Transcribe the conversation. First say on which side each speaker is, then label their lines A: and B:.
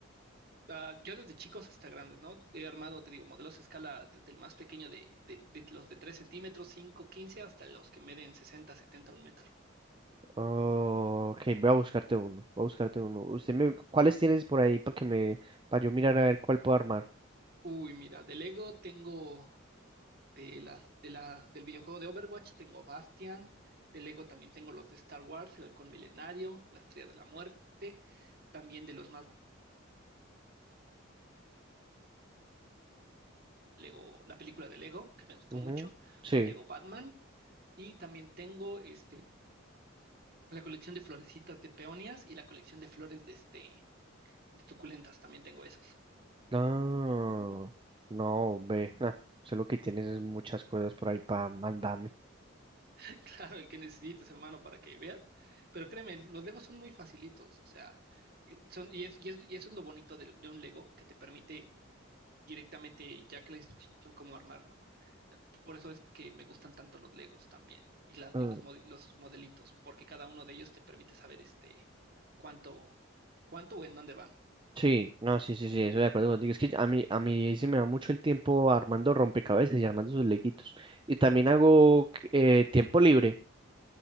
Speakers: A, on the right; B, on the right.
A: Ah, yo desde chicos hasta grandes, ¿no? He armado, te digo, modelos a escala desde el más pequeño de, de- de los de 3 centímetros, 5, 15, hasta los que miden sesenta, setenta, un metro.
B: Oh, ok, voy a buscarte uno, voy a buscarte uno. Usted me, ¿cuáles tienes por ahí para que me, para yo mirar a ver cuál puedo armar?
A: Uy, mira, de Lego tengo de la, de la, del videojuego de Overwatch, tengo Bastian. De Lego también tengo los de Star Wars, el Halcón Milenario, la Estrella de la Muerte. También de los más Lego, la película de Lego, que me gustó
B: Ujú,
A: mucho,
B: Sí.
A: un Lego Batman. Y también tengo este La colección de florecitas de peonias y la colección de flores de este de suculentas, también tengo esos.
B: No, no, ve, nah, sé lo que tienes es muchas cosas por ahí para mandarme.
A: <laughs> Claro, el que necesites, hermano, para que veas. Pero créeme, los Legos son muy facilitos, o sea, eh, son, y, es, y, es- y eso es lo bonito de, de un Lego, que te permite directamente ya que la instrucción cómo armarlo, ¿no? Por eso es que me gustan tanto los Legos también, y, la-
B: Mm,
A: y los, mod- los modelitos, porque cada uno de ellos te permite saber este cuánto, cuánto o en dónde van.
B: Sí, no, sí, sí, sí, estoy de acuerdo contigo. Es que a mí, a mí sí me va mucho el tiempo armando rompecabezas y armando sus leguitos. Y también hago eh, tiempo libre.